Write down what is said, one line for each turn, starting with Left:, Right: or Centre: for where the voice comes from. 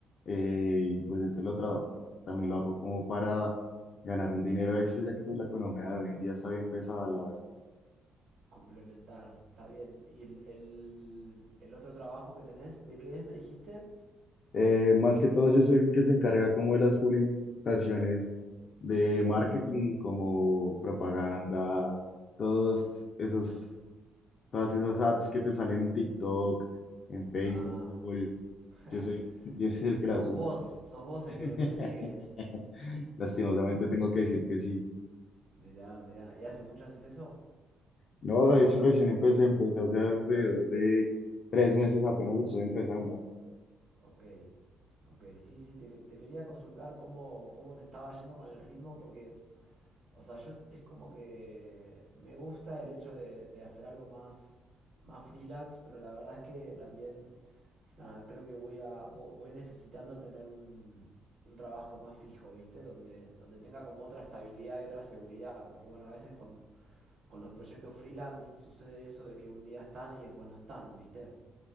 Left: eh, y pues esto lo trabajo, también lo hago como para ganar un dinero extra, ya que pues la economía de hoy en día está bien pesada, la verdad.
Right: Complementar, está bien. ¿Y el, el, el otro trabajo que tenés, de qué es, me dijiste?
Left: Eh, más que todo, yo soy el que se encarga como de las publicaciones de marketing, como propaganda, todos esos,
Right: Mm.
Left: todas esas ads que te salen en TikTok, en Facebook,
Right: Ah,
Left: Google.
Right: <laughs>
Left: Yo soy, <laughs> yo soy el
Right: sos
Left: que las subo.
Right: vos, sos vos el
Left: <laughs>
Right: que me persigue.
Left: Lastimosamente tengo que decir que sí.
Right: Mirá, mirá, ¿y hace mucho haces eso?
Left: No, de hecho recién empecé, empecé hace alrededor de tres meses, apenas estoy empezando.
Right: Ok, ok, sí, sí, te, te quería consultar cómo, cómo te estaba yendo con el ritmo, porque, o sea, yo es como que me gusta el hecho de, de hacer algo más, más freelance, pero la verdad es que también, nada, creo que voy a, vo- voy necesitando tener un, un trabajo más fijo, ¿viste? Donde, donde tenga como otra estabilidad y otra seguridad, porque bueno, a veces con, con los proyectos freelance sucede eso de que un día están y después no están, ¿viste?